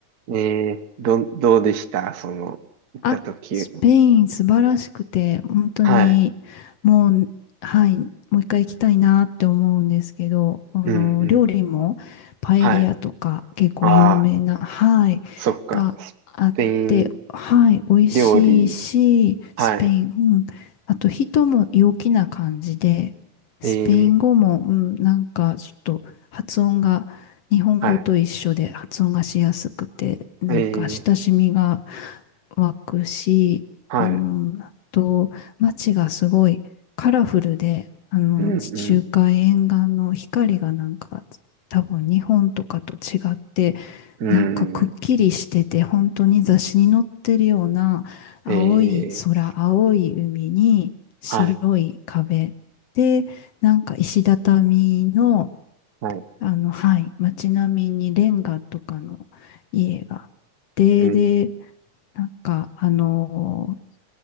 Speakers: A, on the right; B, on the left.
A: ねえ、ど、どうでしたその、行った時。
B: あ、スペイン素晴らしくて、本当に、
A: はい。
B: もう、はい、もう一回行きたいなって思うんですけど、あの、
A: うん、うん。
B: 料理もパエリアとか結構有名な、
A: はい。ああ、
B: はい、
A: そっか。
B: があって、
A: スペイン
B: はい、美味しいし、
A: 料理。
B: スペイン、
A: はい。
B: うん、あと人も陽気な感じで、
A: ええ、
B: スペイン語も、うん、なんかちょっと発音が、日本語と一緒で発音がしやすくて、
A: はい。
B: なんか親しみが、
A: ええ、
B: 湧くし、
A: はい。
B: うーんあと、街がすごいカラフルで、あの、
A: うん、
B: 地中海沿岸の光がなんか、多分日本とかと違って、
A: うん。
B: なんかくっきりしてて、
A: うん。
B: 本当に雑誌に載ってるような青い空、
A: ええ、
B: 青い海に白い壁で、
A: はい。
B: なんか石畳の、
A: はい。
B: あの、はい、街並みにレンガとかの家があって、
A: うん。
B: で、なんか、あのー